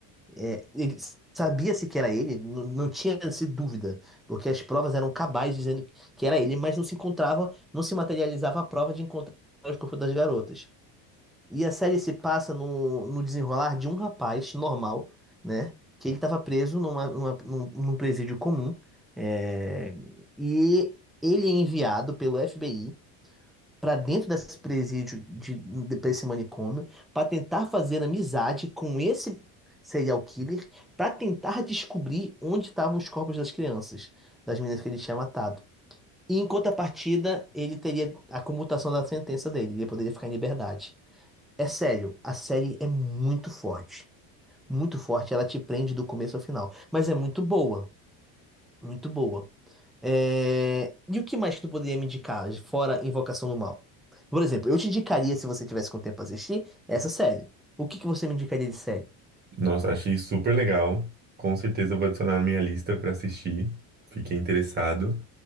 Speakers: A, in the centre; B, on the right.
A: É, ele sabia-se que era ele, n- não tinha essa dúvida, porque as provas eram cabais dizendo que era ele, mas não se encontrava, não se materializava a prova de encontrar os corpos das garotas. E a série se passa no, no desenrolar de um rapaz normal, né? Que ele estava preso numa, numa- num, num presídio comum, é, e ele é enviado pelo FBI para dentro desse presídio, de, de, para esse manicômio, para tentar fazer amizade com esse serial killer, para tentar descobrir onde estavam os corpos das crianças, das meninas que ele tinha matado. E em contrapartida, ele teria a comutação da sentença dele, ele poderia ficar em liberdade. É sério, a série é muito forte. Muito forte, ela te prende do começo ao final. Mas é muito boa. Muito boa. É, E o que mais que tu poderia me indicar, fora Invocação do Mal? Por exemplo, eu te indicaria, se você tivesse com tempo pra assistir, essa série. O que que você me indicaria de série?
B: Nossa, achei super legal. Com certeza eu vou adicionar na minha lista pra assistir. Fiquei interessado.